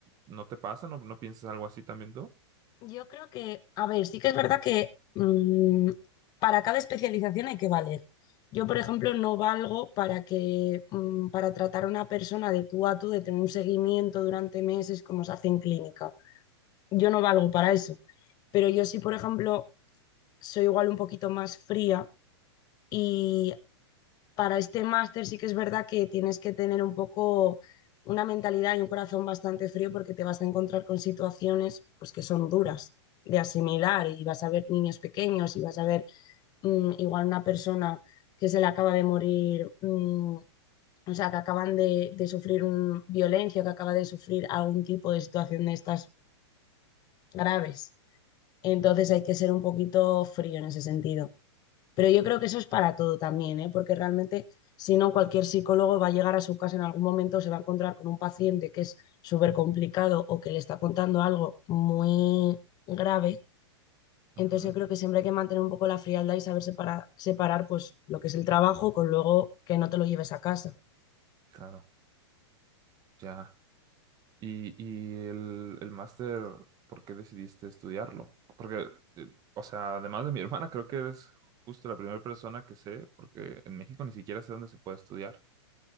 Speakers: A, on the right (about 25°); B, on the left (about 25°).
A: ¿no te pasa? ¿No, no piensas algo así también tú?
B: Yo creo que, a ver, sí que es verdad que mm, para cada especialización hay que valer. Yo, por ejemplo, no valgo para que, mm, para tratar a una persona de tú a tú, de tener un seguimiento durante meses como se hace en clínica. Yo no valgo para eso. Pero yo sí, por ejemplo, soy igual un poquito más fría y para este máster sí que es verdad que tienes que tener un poco una mentalidad y un corazón bastante frío porque te vas a encontrar con situaciones pues que son duras de asimilar y vas a ver niños pequeños y vas a ver mm, igual una persona que se le acaba de morir, mm, o sea, que acaban de, de sufrir un- violencia, que acaba de sufrir algún tipo de situación de estas graves. Entonces hay que ser un poquito frío en ese sentido. Pero yo creo que eso es para todo también, ¿eh? porque realmente, si no, cualquier psicólogo va a llegar a su casa en algún momento, se va a encontrar con un paciente que es súper complicado o que le está contando algo muy grave. Entonces
A: Ujú,
B: yo creo que siempre hay que mantener un poco la frialdad y saber separar, separar pues lo que es el trabajo con luego que no te lo lleves a casa.
A: claro, ya. Y, y el, el máster, ¿por qué decidiste estudiarlo? Porque, eh, o sea, además de mi <laughs> hermana, creo que eres justo la primera persona que sé, porque en México ni siquiera sé dónde se puede estudiar